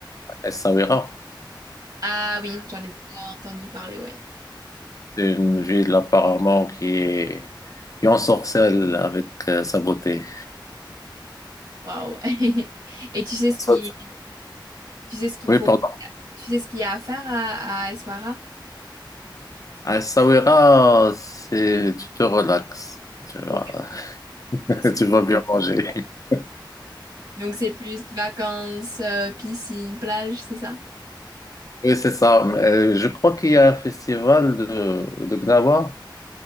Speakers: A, on the left; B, on the right.
A: à Essaouira.
B: Ah oui, j'en ai déjà entendu parler, ouais.
A: C'est une ville apparemment qui est, qui ensorcelle avec euh, sa beauté.
B: Waouh. <laughs> Et tu sais ce
A: Ça,
B: qui, tu sais ce qu'il
A: Oui,
B: faut,
A: pardon.
B: tu sais ce qu'il y a à faire à, à Essaouira?
A: À Essaouira, c'est, tu te relaxes. Tu vas,
B: Ok.
A: <laughs>
B: Donc c'est
A: tu vas bien manger. <laughs>
B: donc c'est plus vacances, euh, piscine, plage, c'est ça?
A: Oui, c'est ça. Mais, euh, je crois qu'il y a un festival de, de Gnawa.